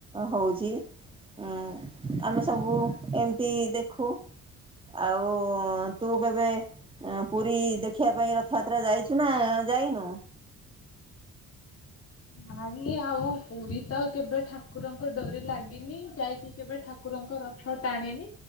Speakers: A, on the right; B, on the left.
A: ହଉଚି। ଉଁ ଆମେ ସବୁ ଏମତି ଦେଖୁ। ଆଉ ତୁ କେବେ ପୁରୀ ଦେଖିଆ ପାଇଁ ର ଥ ଯାତ୍ରା ଯାଇଛୁ ନା ଯାଇନୁ?
B: ନାଇଁ ଆଉ ପୁରୀ ତ କେବେ ଠାକୁରଙ୍କ ଡୋରି ଲାଗିନି ଯାଇକି କେବେ ଠାକୁ ଠାକୁରଙ୍କ ରଥ ଟାଣିନି।